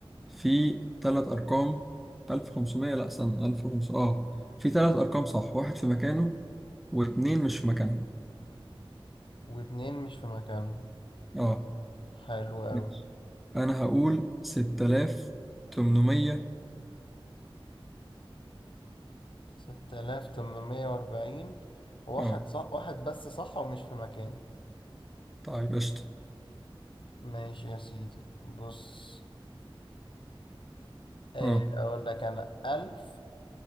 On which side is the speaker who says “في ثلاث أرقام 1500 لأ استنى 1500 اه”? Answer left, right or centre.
Centre